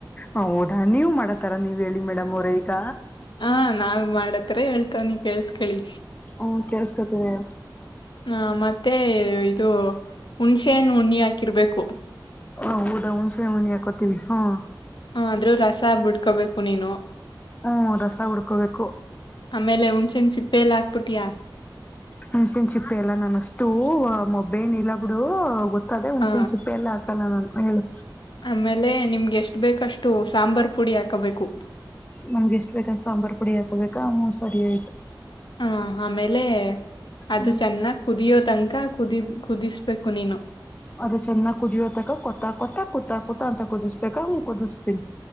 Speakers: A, on the left; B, on the left.
A: ಹ ಹೌದಾ ನೀವ್ ಮಾಡತಾರ ನೀವ್ ಹೇಳಿ ಮೇಡಮ್ ಅವರೆ ಈಗ
B: ಹಾ ನಾವ್ ಮಾಡತರ ಹೇಳ್ತ ತನ ಕೆಲ್ಸಕೋಳಿ
A: ಹ್ಮ ಕೇಳಸ್ಕೊತೀನಿ ಹೇಳಿ
B: ಹ ಮತ್ತೆ ಇದು ಹುಣ್ಸೆ ಹಣ್ಣು ಹುಳಿ ಹಾಕಿರ್ಬೇಕು
A: ಹ ಹೌದಾ ಹುಣ್ಸೆ ಹುಳಿ ಹಾಕೋತೀವಿ ಹ್ಮ್.
B: ಹ ಆದ್ರೂ ರಸ ಬಿಡ್ಕೊಬೇಕು ನೀನು.
A: ಹ್ಮ ರಸ ಉಡ್ಕೋಬೇಕು.
B: ಆಮೇಲೆ ಹುಣ್ಸೆನ್ ಸಿಪ್ಪೆಲ್ಲ ಹಾಕ್ಬಿಟಿಯಾ.
A: ಹುಣಸೇನ್ ಚಿಪ್ಪೆ ಎಲ್ಲಾ ನಾನ ಅಷ್ಟು ಮಬ್ಬೈನ್ ಇಲ್ಲ ಬಿಡು ಗೊತ್ತ ತದೇ ಹುಣಸೆನ್
B: ಹ
A: ಸಿಪ್ಪೆಲ್ಲಾ ಲ್ಲ ನಾನು ಹೇಳು.
B: ಆಮೇಲೆ ನಿಮ್ಗೆ ಎಷ್ಟ್ ಬೇಕಷ್ಟು ಸಾಂಬಾರ್ ಪುಡಿ ಹಾಕೊಬೇಕು.
A: ನಮ್ಗೆ ಎಷ್ಟ ಬೇಕಾದ ಸಾಂಬಾರ್ ಪುಡಿ ಹಾಕೋಬೇಕಾ ಹೂಂ ಸರಿ ಆಯ್ತು.
B: ಹಾ ಆಮೇಲೆ ಅದು
A: ಹ್ಮ್
B: ಚೆನ್ನಾಗ ಕುದಿಯೋ ತನ್ ಕು ಕುದಿ ಕುದಿಸ್ಬೇಕು ನೀನು
A: ಅದು ಚೆನ್ನಾಗ ಕುದಿಯೋ ತಕ ಕೊತ್ತಾ ಕೊತ್ತಾ ಕು ಕೊತಾ ಕೊತ ಅಂತ ಕುದಿಸ್ಬೇಕ ಹೂಂ ಕುದಿಸ್ತೀನಿ.